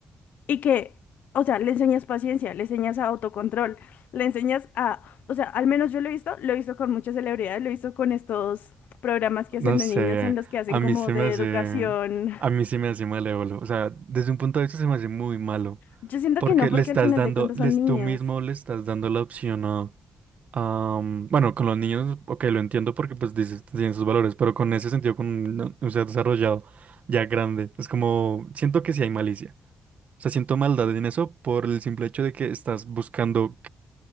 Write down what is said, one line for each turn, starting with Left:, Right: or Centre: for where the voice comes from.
Left: Y que, o sea, le enseñas paciencia, le enseñas a autocontrol, le enseñas a, o sea, al menos yo lo he visto, lo he visto con muchas celebridades, lo he visto con estos programas que
Right: No
Left: hacen de
Right: sé,
Left: niños en los que hacen
Right: a mí
Left: como
Right: se
Left: de
Right: me hace,
Left: educación.
Right: a mí se me hace malévolo. O sea, desde un punto de vista se me hace muy malo.
Left: Yo siento
Right: Porque
Left: que no, porque
Right: le estás
Left: al final
Right: dando,
Left: de cuentas
Right: les,
Left: son niños.
Right: tú mismo le estás dando la opción a, a, mm, bueno, con los niños, ok, lo entiendo porque pues dices, tienen sus valores, pero con ese sentido, con un, un ser desarrollado ya grande, es como, siento que sí hay malicia. O sea, siento maldad en eso por el simple hecho de que estás buscando